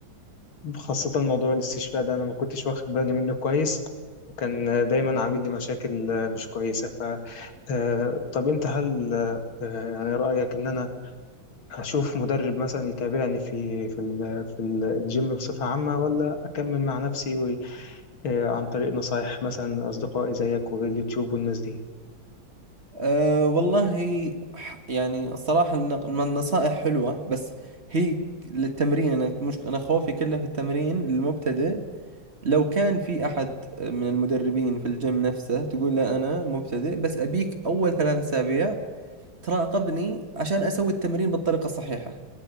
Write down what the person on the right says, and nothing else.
أه والله ح- يعني الصراحة النق- النصائح حلوة بس هي للتمرين انا مش انا خوفي كله في التمرين المبتدئ لو كان في احد من المدربين في الجيم نفسه تقول له انا مبتدئ بس ابيك اول ثلاثة اسابيع تراقبني عشان أسوي التمرين بالطريقة الصحيحة